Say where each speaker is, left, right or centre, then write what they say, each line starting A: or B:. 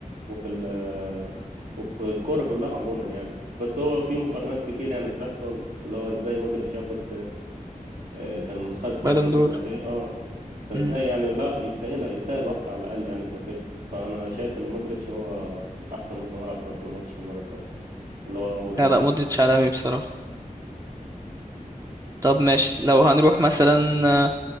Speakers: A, on the right; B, on the right.
A: وفي ال- آه، وفي الكورة كلها عموما يعني بس هو في مقارنات كتير يعني بتحصل اللي هو ازاي مودريتش ياخد آه، كان خد
B: بالون
A: الكرة
B: دور
A: الذهبية اه فازاي
B: مم.
A: يعني لا يستاهلها يستاهل واحدة على الأقل يعني في مسيرته فأنا شايف إن مودريتش هو أحسن نص ملعب كان في الماتش المرة اللي فاتت اللي هو أول امبارح
B: لا لا مودريتش عالمي بصراحة طب ماشي لو هنروح مثلا